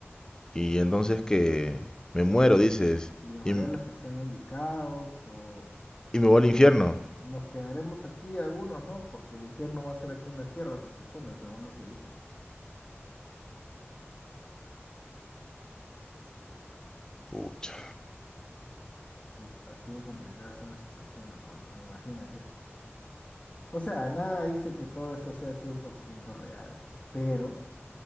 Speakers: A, on the left (about 15°); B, on the left (about 30°).
A: Y entonces que me muero,
B: Lleva-
A: dices,
B: llevará
A: y, m-
B: a los que están indicados o,
A: y me voy al
B: o
A: infierno.
B: nos quedaremos aquí algunos, ¿no? Porque el infierno va a ser aquí en la tierra, se supone, según lo que dicen.
A: Pucha.
B: Sí, así de complicada está la situación, hermano, imagínate. O sea, nada dice que todo esto sea 100% real, pero...